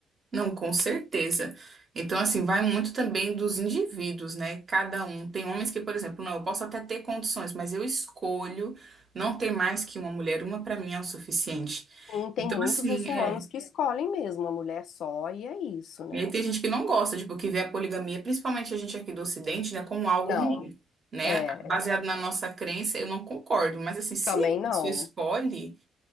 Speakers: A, on the right; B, on the left.
A: Não, com certeza. Então, assim, vai muito também dos indivíduos, né? Cada um. Tem homens que, por exemplo, não, eu posso até ter condições, mas eu escolho não ter mais que uma mulher. Uma pra mim é o suficiente.
B: E tem
A: Então,
B: muitos
A: assim,
B: muçulmanos
A: é.
B: que escolhem mesmo uma mulher só, e é isso, né?
A: E aí tem gente que não gosta, tipo, que vê a poligamia, principalmente a gente aqui do Ocidente, né, como algo
B: Não,
A: ruim, né?
B: é,
A: Baseado na nossa crença, eu não concordo. Mas, assim, se
B: também
A: a
B: não.
A: pessoa escolhe.